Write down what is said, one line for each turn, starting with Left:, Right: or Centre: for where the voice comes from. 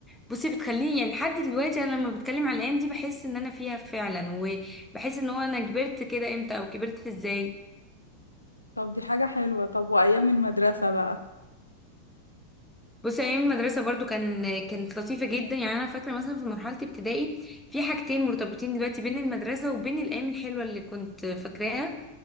Centre: بصي بتخليني يعني لحد دلوقتي انا لما بتكلم على الايام دي بحس ان انا فيها فعلا وبحس ان هو انا كبرت كده امتى او كبرت ازاي
Left: طب دي حاجة حلوة طب وأيام المدرسة بقى
Centre: بصي ايام المدرسه برضو كان كانت لطيفه جدا يعني انا فاكره مثلا في مرحله ابتدائي في حاجتين مرتبطين دلوقتي بين المدرسه وبين الايام الحلوه اللي كنت فاكراها